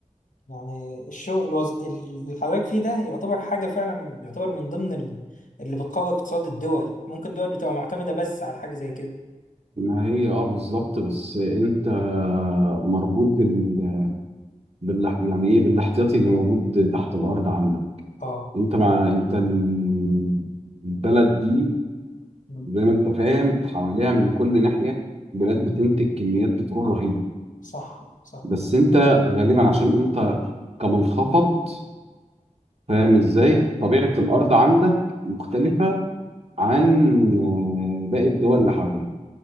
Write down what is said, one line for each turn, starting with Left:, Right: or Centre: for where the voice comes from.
Left: يعني الشغل الوز... اللي حضرتك فيه ده يعتبر حاجة فعلا يعتبر من ضمن ال- اللي بتقوي اقتصاد الدول ممكن دول بتبقى معتمدة بس على حاجة زي كده
Right: ما هي اه بالظبط
Left: اه
Right: بس انت مربوط بال... بال... يعني ايه بالاحتياطي اللي موجود تحت الارض عندك
Left: اه
Right: انت مع انت ال- البلد دي
Left: مم.
Right: زي ما انت فاهم حواليها من كل ناحية بلاد بتنتج كميات بترول رهيبة
Left: صح صح
Right: بس انت غالبا عشان انت كمنخفض فاهم ازاي طبيعة الأرض عندك مختلفة عن آه، باقي الدول اللي حواليك